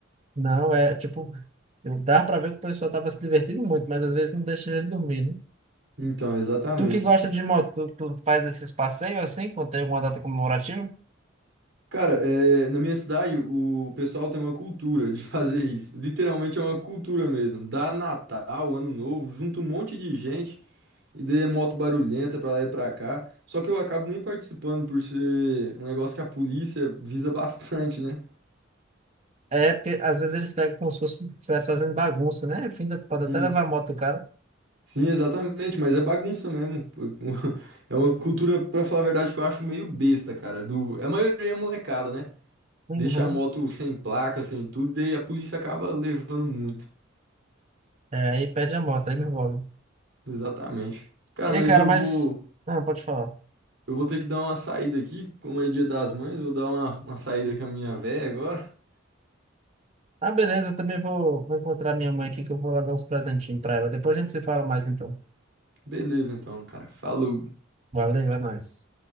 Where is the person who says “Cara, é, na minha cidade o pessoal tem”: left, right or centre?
Right